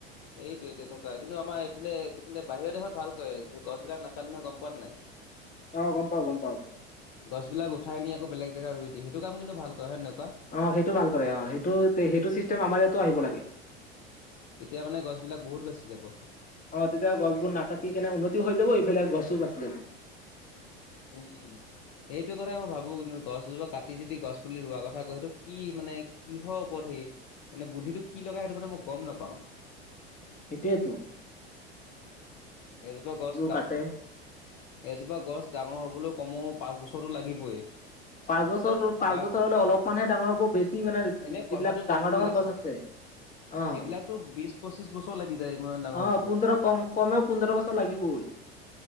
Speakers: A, on the left; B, on the left.
A: এইটোয়ে তেনেকুৱা কিন্তু আমা সেইফালে এক বাহিৰৰ দেশত ভাল কৰে, গছ বিলাক নাকাতে নহয় গম পোৱা নে নাই?
B: অ গম পাও গম পাও
A: গছবিলাক উঠাই নি আকৌ বেলেগ জাগাত ৰুই দিয়ে, সেইটো কাম কিন্তু ভাল কৰে হয় নে নহয়? কোৱা
B: অ', সেইটো ভাল কৰে অ', সেইটো, সেইটো চিষ্টেম আমাৰ ইয়াতো আহিব লাগে।
A: তেতিয়া মানে গছবিলাক বহুত বাচি যাব
B: অ, তেতিয়া গছবোৰ নাকাটি কেনে উন্নতি হৈ যাব, এইফালে গছ টোও বাচি যাব
A: <unintelligible> এইটো কথাই মই ভাবো <unintelligible> গছ এজোপা কাটি যদি গছ পুলি ৰোৱাৰ কথা কয়, সেইটো কি মানে কিহৰ ওপৰত সেই মানে বুদ্ধিটোক কি লগায়, সেইটো মানে মই গম নাপাওঁ।
B: সেইটোৱেটো
A: উম, এজোপা গছ দা,
B: কাটে
A: এজোপা গছ দা অঁ বোলো কমো পাঁচ বছৰটো লাগিবই।
B: পাঁচ বছৰটোত পাঁচ
A: তাৰ
B: বছৰ হলে অলপমানহে ডাঙৰ হ'ব বেছি মানে
A: এনে কথাটো
B: যিবিলাক
A: কৈছো
B: ডাঙৰ ডাঙৰ
A: এনে
B: গছ
A: চা-
B: আছে অ,
A: সেইবিলাকতো বিশ পঁচিশ বছৰ লাগি যায় ইমান ডাঙৰ হবলৈ।
B: অ পোন্ধৰ কম কমেও পোন্ধৰ বছৰ লাগিবই। <unintelligible>